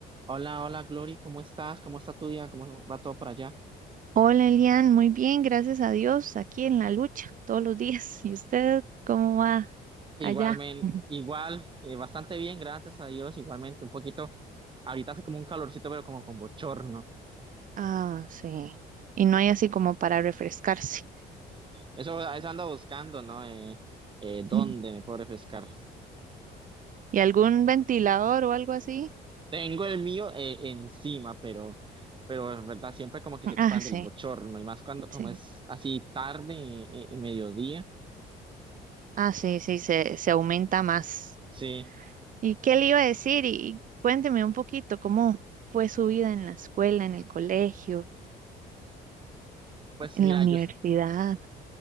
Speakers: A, on the right; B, on the right.
A: Hola, hola, Glory, ¿cómo estás? ¿Cómo está tu día? ¿Cómo va todo por allá?
B: Hola Elian, muy bien, gracias a Dios, aquí en la lucha todos los días. <laughs> ¿Y usted cómo va
A: Igualmente,
B: allá? <laughs>
A: igual, eh, bastante bien, gracias a Dios, igualmente, un poquito, ahorita hace como un calorcito, pero como con bochorno.
B: Ah, sí. Y no hay así como para refrescarse.
A: Eso, eso ando buscando, ¿no? Eh, eh, ¿dónde
B: Mm.
A: me puedo refrescar?
B: ¿Y algún ventilador o algo así?
A: Tengo el mío eh, encima, pero, pero es verdad, siempre como que se expande
B: Ah, sí,
A: el bochorno, y más cuando, como
B: sí.
A: es así tarde, eh, eh, mediodía.
B: Ah, sí, sí, se, se aumenta más.
A: Sí,
B: ¿Y qué le iba a decir? Y cuénteme un poquito cómo fue su vida en la escuela, en el colegio,
A: pues
B: en
A: mira,
B: la universidad.
A: yo,